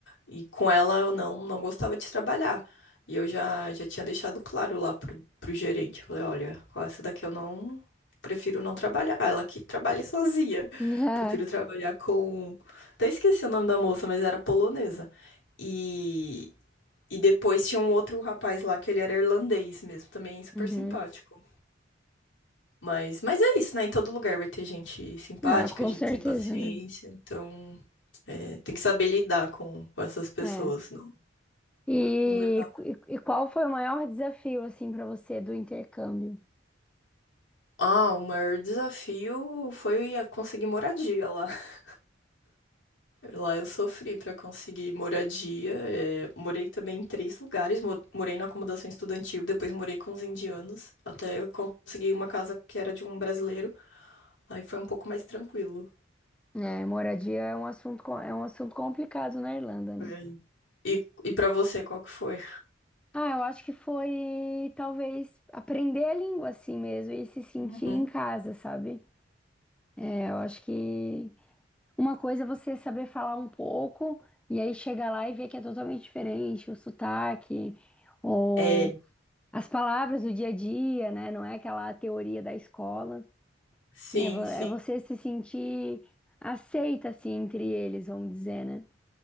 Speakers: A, on the left; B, in the centre.
A: E com ela eu não, não gostava de trabalhar. E eu já, já tinha deixado claro lá pro, pro gerente. Eu falei, olha, com essa daqui eu não prefiro não trabalhar. Ela que trabalha sozinha.
B: <laughs> Ah,
A: Prefiro trabalhar com. Até esqueci o nome da moça, mas era polonesa. E, e depois tinha um outro rapaz lá que ele era irlandês mesmo, também super
B: uhum.
A: simpático. Mas, mas é isso, né? Em todo lugar vai ter gente simpática,
B: Ah, com
A: gente
B: certeza,
A: sem paciência.
B: né?
A: Então, é, tem que saber lidar com, com essas pessoas,
B: É.
A: não,
B: E,
A: não levar.
B: e, e qual foi o maior desafio assim para você do intercâmbio?
A: Ah, o maior desafio foi a conseguir moradia lá. <laughs> Lá eu sofri para conseguir moradia. é, morei também em três lugares. mo- Morei na acomodação estudantil, depois morei com os indianos, até eu consegui uma casa que era de um brasileiro. Aí foi um pouco mais tranquilo.
B: É, moradia é um assunto co- é um assunto complicado na Irlanda, né?
A: É. E, e para você, qual que foi?
B: Ah, eu acho que foi talvez aprender a língua assim mesmo e se sentir
A: Uhum.
B: em casa, sabe? É, eu acho que Uma coisa é você saber falar um pouco e aí chega lá e vê que é totalmente diferente o sotaque ou
A: É,
B: as palavras do dia a dia, né? Não é aquela teoria da escola.
A: sim,
B: É vo- é
A: sim,
B: você se sentir aceita, assim, entre eles, vamos dizer, né?